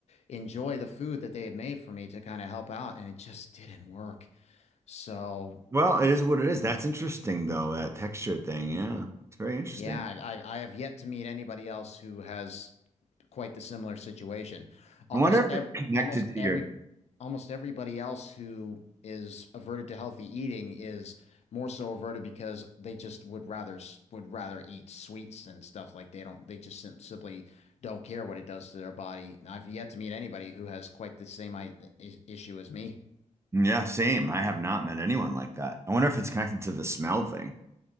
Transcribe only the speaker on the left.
enjoy the food that they had made for me to kind of help out, and it just didn't work. So,
yeah, I, I have yet to meet anybody else who has quite the similar situation. Almost
ev
almost
every
almost everybody else who is averted to healthy eating is more so averted because they just would rather would rather eat sweets and stuff like they don't they just sim simply don't care what it does to their body. And I've yet to meet anybody who has quite the same I i- issue as me.